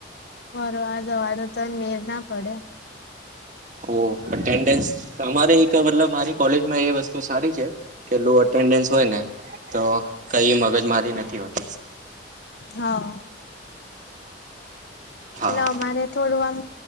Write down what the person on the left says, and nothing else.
ફરવા જવાનું તો મેર ના પડે
હા.
એલા અમારે થોડું